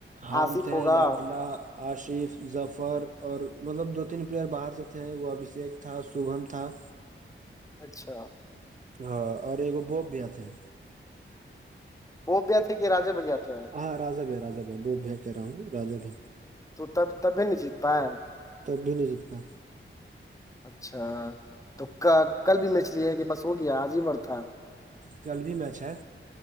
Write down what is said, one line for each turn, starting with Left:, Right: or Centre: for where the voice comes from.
Right: ہم
Left: آصف
Right: تھے
Left: ہوگا
Right: لاڈلا آشف ظفر اور مطلب دو تین پلیئر باہر سے تھے وہ ابھیشیک تھا شبھم تھا
Left: اچھا
Right: ہاں اور ایکگ بوپ بھی آتے ہیں
Left: وہ بھی آتے کہ رجے بھ آتے ہیں
Right: ہاں راجب ہے راب ہے بوب بھی کہہ رہا ہوں راجا ہے
Left: تو تب تبھی نہیں جیت پائے
Right: تب بھی نہیں جیت پا
Left: اچھا تو کل بھی مچھلی ہے کہ بس ہو گیا عظیم اور تھا
Right: کل بھی میںچ ہے